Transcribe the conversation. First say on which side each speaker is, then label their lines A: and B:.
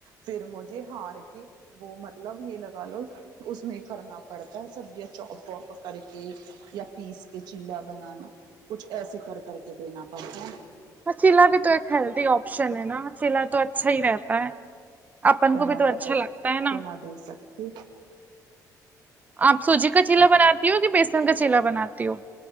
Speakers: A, on the right; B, on the right.
A: پھر مجھے ہار کی وہ مطلب یہ لگا لو اس میں کرنا پڑتا ہے سبزیاں چوپ واپ کر کے یا پیس کے چیلا بنانا کچھ ایسے کر کر کے دینا پڑتا
B: وہ چیلا بھی تو ایک ہیلدی آپشن ہے نا چیلا تو اچھا ہی رہتا ہے اپن
A: پر
B: کو بھی تو
A: آپا
B: اچھا
A: روز
B: لگتا
A: روز
B: ہے
A: تو
B: نا
A: نہ دے سکتے
B: آپ سوجی کا چیلا بناتی ہو یہ بیسن کا چیلا بناتی ہو